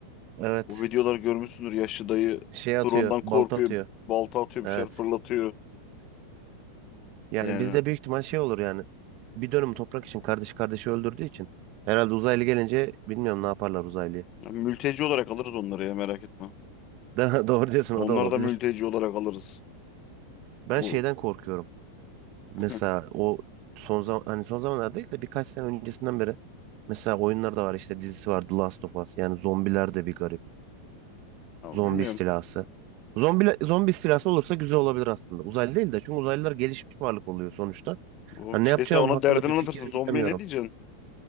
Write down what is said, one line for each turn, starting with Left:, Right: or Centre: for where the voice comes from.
Right: evet
Left: Bu videolar görmüşsündür. Yaşlı dayı
Right: şey atıyor
Left: drone'dan korkuyor.
Right: balta atıyor.
Left: Balta atıyor
Right: Evet.
Left: bir şeyler fırlatıyor.
Right: Yani
Left: Yani
Right: bizde büyük ihtimal şey olur yani. Bir dönüm toprak için kardeş kardeşi öldürdüğü için. Herhalde uzaylı gelince bilmiyorum ne yaparlar uzaylıyı.
Left: ya mülteci olarak alırız onları ya merak etme.
Right: <laughs> Da- Doğru diyorsun
Left: Onları
Right: o da olabilir.
Left: da mülteci olarak alırız.
Right: Ben
Left: O
Right: şeyden korkuyorum. Mesela
Left: Ya,
Right: o son zaman hani son zamanlar değil de birkaç sene öncesinden beri mesela oyunlar da var işte dizisi var The Last of Us. Yani zombiler de bir garip. Zombi
Left: bilmiyorum.
Right: istilası. Zombi, zombi istilası olursa güzel olabilir aslında. Uzaylı değil de çünkü uzaylılar gelişmiş varlık oluyor sonuçta.
Left: O,
Right: Ha, ne
Left: işte
Right: yapacağım
Left: sen ona
Right: hakkında
Left: derdini
Right: bir
Left: anlatırsın.
Right: fikir yürütemiyorum.
Left: Zombiye ne diyeceksin?